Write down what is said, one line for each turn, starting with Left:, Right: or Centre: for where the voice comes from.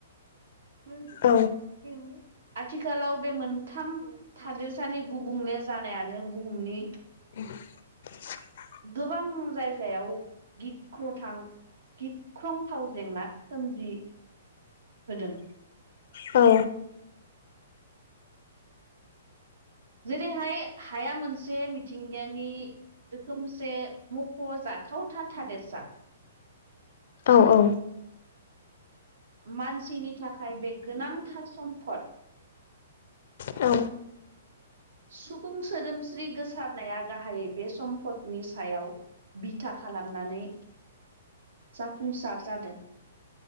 Right: <unintelligible>
Left: औ
Right: आथिखालाव बे मोनथाम थादेरसानि गुबुंले जानायानो बुहुमनि
Left: <inaudible>
Right: गोबां जायगायाव गिख्रथां गिख्रंथाव जेंना सोमजि होदों।
Left: औ
Right: जेरैहाय हाया मोनसे मिथिंगानि रोखोमसे मखजाथाव था-थादेरसा
Left: औ औ
Right: मानसिनि थाखाय बे गोनांथार सम्पद।
Left: औ
Right: सुबुं सोदोमस्रि गोसारनाया गाहायै बे सम्पदनि सायाव बिथा खालामनानै जाफुंसार जादों।